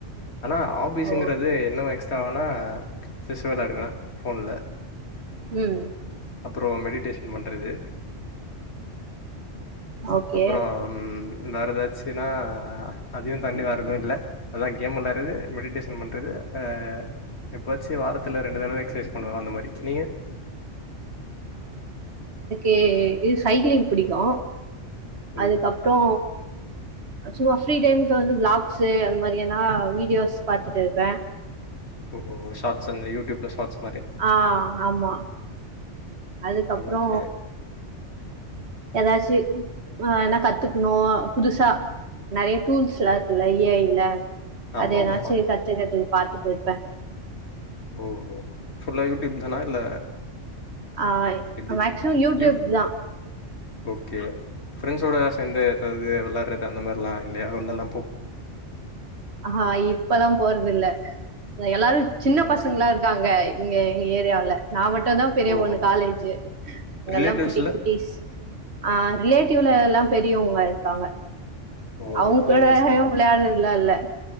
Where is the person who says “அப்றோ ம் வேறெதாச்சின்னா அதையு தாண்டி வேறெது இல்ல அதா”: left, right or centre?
Left